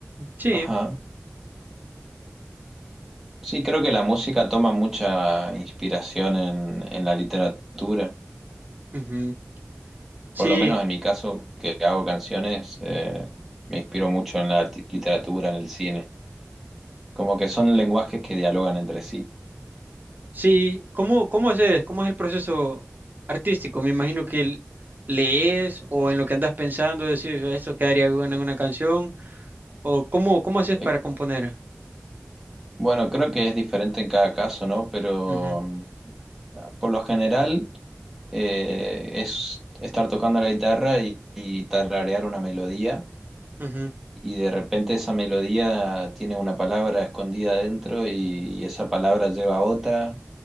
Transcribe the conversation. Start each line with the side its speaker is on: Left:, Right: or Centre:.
Right: Sí.
Centre: Ajá. Sí, creo que la música toma mucha inspiración en, en la literatura.
Right: Ujú. Sí,
Centre: por lo menos en mi caso, que hago canciones, eh, me inspiro mucho en la ti- literatura, en el cine. Como que son lenguajes que dialogan entre sí.
Right: sí. ¿Cómo, cómo haces? ¿Cómo es el proceso artístico? Me imagino que l- lees o en lo que andas pensando decís, "Ah, esto quedaría bueno en una canción. ¿O cómo, cómo haces
Centre: Eh,
Right: para componer?
Centre: bueno, creo que es diferente en cada caso, ¿no? Pero
Right: Ujú,
Centre: mm, por lo general eh, es estar tocando la guitarra y, y tararear una melodía.
Right: ujú,
Centre: Y de repente esa melodía tiene una palabra escondida adentro y, y esa palabra lleva a otra